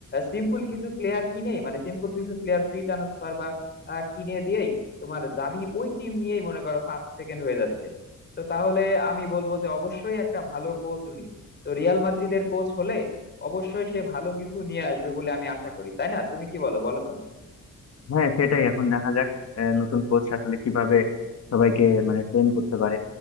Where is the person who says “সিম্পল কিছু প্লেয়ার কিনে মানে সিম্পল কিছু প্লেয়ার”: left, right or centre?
Left